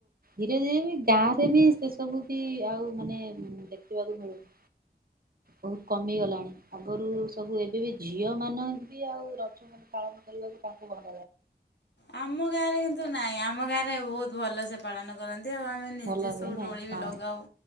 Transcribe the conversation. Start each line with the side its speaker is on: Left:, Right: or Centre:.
Right: ଧୀରେ ଧୀରେ ବି ଗାଁ ରେ ବି ସେ ସବୁ ବି ଆଉ ମାନେ ଦେଖିବାକୁ ମିଳୁନି। ବହୁତ କମିଗଲାଣି ଆଗରୁ ସବୁ ଏବେ ବି ଝିଅ ମାନବି ଆଉ ରଜ ମାନେ ପାଳନ କରିବାକୁ ତାଙ୍କୁ ଘ
Left: ଆମ ଗାଁରେ କିନ୍ତୁ ନାଇଁ ଆମ ଗାଁରେ ବହୁତ ଭଲସେ ପାଳନ କରନ୍ତି ଆଉ ଆମେ ନିଜେ
Right: ଭଲ
Left: ସବୁ
Right: ହୁଏ ନାଇଁ
Left: ଡୋଳି
Right: ହଁ
Left: ବି ଲଗାଉ